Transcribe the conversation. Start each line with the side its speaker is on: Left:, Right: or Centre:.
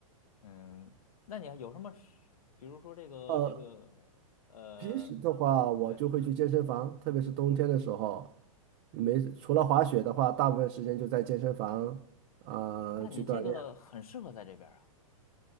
Left: 嗯，那你还有什么吃比如说这个这个呃，
Right: 呃。平时的话，我就会去健身房，
Left: 对，
Right: 特别是冬天的时候，没事，除了滑雪的话，大部分时间就在健身房啊、
Left: 那你这个很适合在这边儿啊，
Right: 去锻炼。